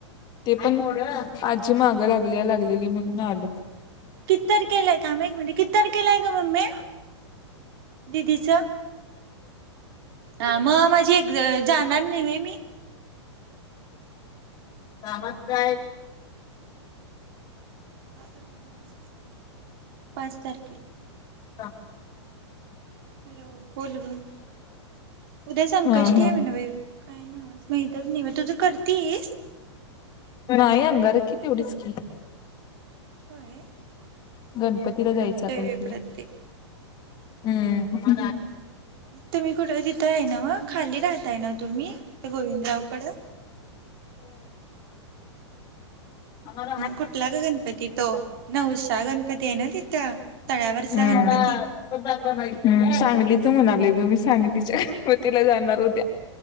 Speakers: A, on the left; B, on the right.
A: ते पण मोरं आज्जी मागं लागल्या लागलेली म्हणून आलू
B: किती तारखेलाय थांब हं एक मिनिटं किती तारखेलाय मम्मे दिदीचं हा मग माझी एग जाणार नाही व्हय मी
A: आहात काय?
B: अस त- पाच तारखेला.
A: का?
B: हॅलो बोल ग. उद्या संकष्टी
A: हा हा
B: आहे नव्हे. काय नव्हचं बाई म तर निवद तूझ करतीस?
A: नाही अंगारकी तेवढीच की.
B: होय?
A: गणपतीला
B: मी
A: जायचं
B: करतोय
A: आता
B: बाई
A: इथल्या.
B: प्रत्येक
A: हम्म.
B: तुम्ही कुठं तिथं हाय नव्ह? खाली राह- ताय नव्ह तुम्ही इत गोविंदरावकड.
A: <unintelligible> हम.
B: कुठला ग गणपती तो नवसा गणपती आहे ना तिथं तळ्यावरचा
A: हम.
B: गणपती
A: सांगलीच म्हणालोय- मी सांगलीच्या गणपतीला जाणार उद्या.